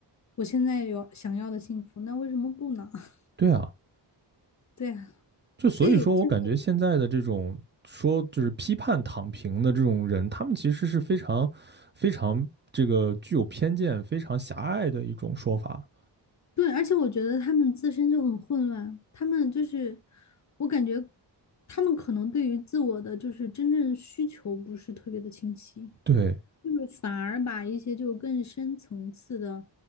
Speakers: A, on the left; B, on the right.
A: 我现在有想要的幸福，那为什么不呢？<laughs>
B: 对啊，
A: 对呀，
B: 就所以说我感觉现在的这种说就是批判躺平的这种人，
A: 所以就
B: 他们其实是非常非常这个具有偏见、非常狭隘的一种说法，
A: 对，而且我觉得他们自身就很混乱，他们就是，我感觉他们可能对于自我的就是真正需求不是特别的清晰。
B: 对，
A: 就是反而把一些就更深层次的